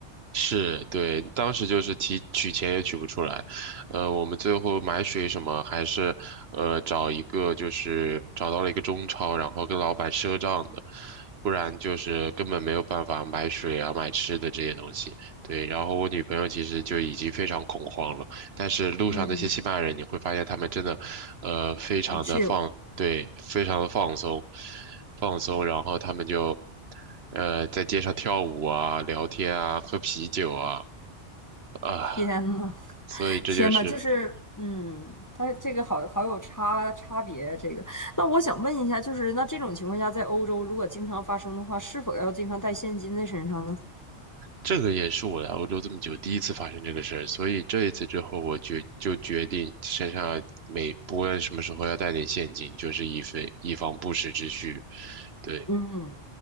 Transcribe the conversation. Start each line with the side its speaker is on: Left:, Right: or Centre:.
Right: 是，对，当时就是提取钱也取不出来，呃，我们最后买水什么还是，呃，找一个就是找到了一个中超，然后跟老板赊账的，不然就是根本没有办法买水啊、买吃的这些东西。对，然后我女朋友其实就已经非常恐慌了，但是路上那些西班牙人，
Left: 嗯，
Right: 你会发现他们真的，呃，非常的放，
Left: 很 chill，
Right: 对，非常的放松，放松，然后他们就，呃，在街上跳舞啊，聊天啊，喝啤酒啊，啊，
Left: 天呐，
Right: 所以这就是
Left: 天呐，就是，嗯，它这个好好有差差别。这个，那我想问一下，就是那这种情况下，在欧洲如果经常发生的话，是否要经常带现金在身上呢？
Right: 这个也是我来欧洲这么久第一次发生这个事儿，所以这一次之后，我决就决定身上每不论什么时候要带点现金，就是以备以防不时之需，对，
Left: 嗯，